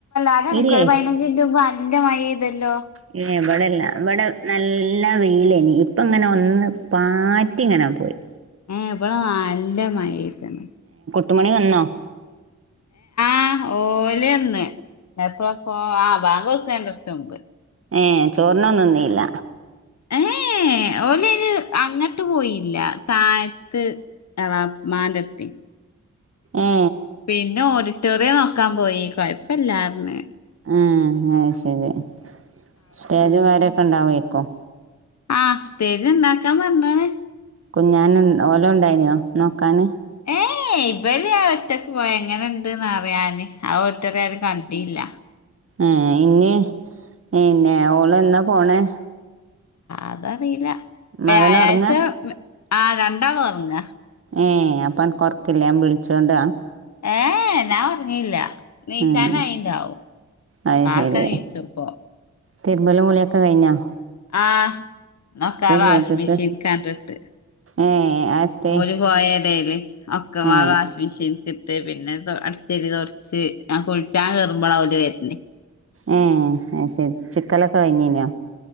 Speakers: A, on the left; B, on the right.
A: അരമണിക്കൂർ
B: ഇല്ലേ
A: പതിനഞ്ച് മിനിറ്റ് മുന്നേ നല്ല മഴ പെയ്തു ഇതല്ലോ
B: ഏ, ഇവിടെ ഇവിടെ നല്ല വെയിലേനി ഇപ്പ ഇങ്ങനെ ഒന്ന് പാറ്റി ഇങ്ങനെ പോയി
A: ഇവിടെ നല്ല മഴ പെയ്തുണ്
B: എട്ടുമണി വന്നോ
A: ആ ഓല് വന്ന് എപ്പ ആ ബാങ്ക് കൊടുക്കന്റെറ കുറച്ച് മുമ്പ്
B: ഏ ചോർണൊന്നുംന്നില്ല
A: ഏഹ് ഓലയിന് അങ്ങിട്ട് പോയി ഇല്ല താഴത്ത് എളാമാന്റെ അട്ത്ത്
B: ഏ
A: പിന്നെ ഓഡിറ്റോറിയം നോക്കാൻ പോയി കൊഴപ്പല്ലാർന്ന്
B: ആ അ ശരി സ്റ്റേജും കാര്യമൊക്കെ ഉണ്ടായിരിക്കും
A: ആഹ് സ്റ്റേജ് ഉണ്ടാക്കാൻ പറഞ്ഞാണ്
B: കുഞ്ഞൻ ഓല ഉണ്ടായിനോ നോക്കാന്
A: ഏയ് ഇവല് ഒറ്റക്ക് പോയ എങ്ങനുണ്ട്ന്ന് അറിയാന് ആ ഒറ്ററൊര് കണ്ടല്ല
B: ആ ഇനി പിന്നെ ഓള് എന്നാ പോണേ
A: അതറിയില്ല
B: മകൻ
A: വ്യാഴാഴ്ച
B: ഉറങ്ങ
A: ആഹ് രണ്ടാള് ഉറങ്ങ
B: ഏഹ് അപ്പ അനക്ക് കൊറക്കില്ല ഞാൻ വിളിച്ചോണ്ട
A: ഏഹ് ഞാൻ ഉറങ്ങില്ല നീച്ചാന
B: ഉം,
A: അയിന്താവും
B: അത്
A: ആക്കെ
B: ശരി
A: നീച്ചുപ്പൊ
B: തിരുമ്പലും കുളിയൊക്കെ കഴിഞ്ഞാ
A: ആഹ് എന്നൊക്കെ വാഷിംഗ്
B: ചോദ്യക്ക്
A: മിഷീൻ കണ്ടിട്ട്
B: ഏ അത്തെ
A: ഓല് പോയെടയില് ഒക്കെ
B: ഏ
A: ആ വാഷ്മിന്ക് ഇട്ട് പിന്നെ അടിച്ചടി തുറച്ച് ഞാൻ കുഴിച്ചാൻ കേറുമ്പോ അവര് വരണ്
B: ഉം അത് ശെരി ചിക്കലൊക്കെ കഴിഞ്ഞീലേ